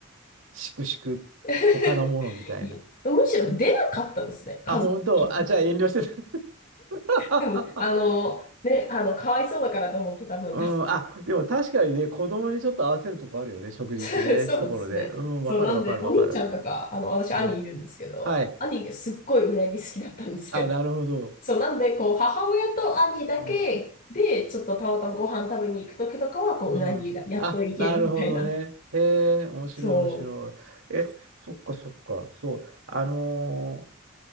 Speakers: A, on the right; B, on the left.
A: しくしく他のものみたいな。
B: <laughs> いや、むしろ出なかったですね。家族とか。
A: あ、本当。あ、じゃあ遠慮してた。<laughs>
B: 多分、あの、ね、あの、かわいそうだからと思って多分出す。
A: うん。あ、でも確かにね、子供にちょっと合わせるとこあるよね、食事ってね、
B: <laughs> そうですね。
A: 一頃で。うん、
B: そう、
A: わかるわかるわかる。
B: なんで、お兄ちゃんとか、あの、私、兄いるんですけど、
A: うん。はい。
B: 兄がすっごいうなぎ好きだったんですけど、
A: あ、なるほど。
B: そう、なんで、こう、母親と兄だけで、
A: うん。
B: ちょっとたまたまご飯食べに行くときとかは、こう、
A: うん。
B: うなぎがやっといけるみたいな。
A: あ、なるほどね。へえ、面白い面白い。
B: そ
A: え、そっかそっか。そう。あのー